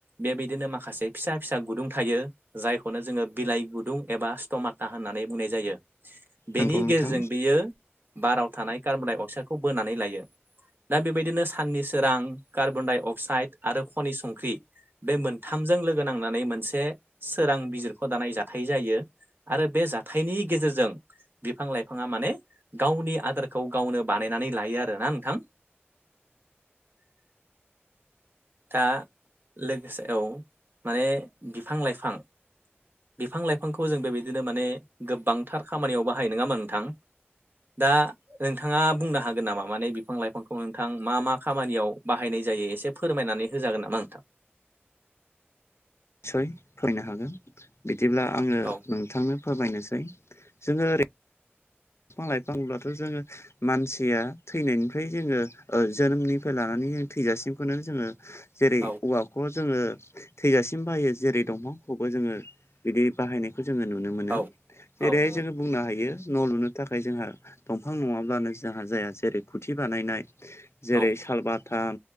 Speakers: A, on the right; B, on the left.
A: बेबायदिनो माखासे फिसा फिसा गुदुं थायो। जायखौनो जोङो बिलाइ गुदुं एबा स्टमाथा होननानै बुंनाय जायो बेनि
B: नंगौ नोंथां
A: गेजेरजों बियो बाराव थानाय कार्बनडाइ अक्साइडखौ बोनानै लायो। दा बेबायदिनो साननि सोरां कार्बनडाइ अक्साइड आरो खनि संख्रि बे मोनथामजों लोगो नांनानै मोनसे सोरां बिजिरख' दानाय जाथाय जायो। आरो बे जाथायनि गेजेरजों बिफां लाइ फाङा माने गावनि आदारखौ गावनो बानायनानै लायो आरोना नोंथां। <unintelligible> दा लोगोसे औ माने बिफां लाइफां। बिफां लाइफांखौ जों बेबायदिनो माने गोबांथार खामानियाव बाहायो नङा होनबा नों थां दा नोंथाङा बुंनो हागोन नामा माने बिफां लाइफां खौ नोंथां मा मा खामानियाव बाहायनाय जायो एसे फोरमायनानै होजागोन नामा नोंथां।
B: सय फरायनो हागोन बिदिब्ला आङो
A: औ
B: नोंथांनो फोरमायनोसै जोङो ओरै बिफां लाइफां होब्लाथ' जोङो मानसिया थैनायनिफ्राय जोङो ओ जोनोमनिफ्राय लानानै जों थैजासिमखौनो जोङो जेरै
A: औ
B: औवाखौ जोङो थैजासिम बाहायो जेरै दंफांखौबो जोङो बिदि बाहायनायखौ जोङो नुनो मोनो
A: औ
B: जेरैहाय
A: औ नंगौ
B: जोङो बुंनो हायो न' लुनो थाखाय जोंहा दंफां नङाब्लानो जोंहा जाया जेरै खुथि बानायनाय जेरै
A: औ
B: सालबा थाम